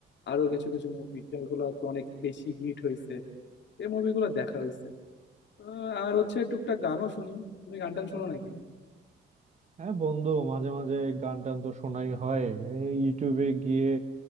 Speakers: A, on the left (about 65°); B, on the right (about 35°).
A: আরো কিছু কিছু মুভি যেগুলো আর কি অনেক বেশি হিট হয়েছে এই মুভিগুলো দেখা হয়েছে আহ, আর হচ্ছে টুকটাক গানও শুনি তুমি গান টান শোনো নাকি
B: হ্যাঁ বন্ধু মাঝে মাঝে গান টান তো শোনাই হয় এই ইউটিউবে গিয়ে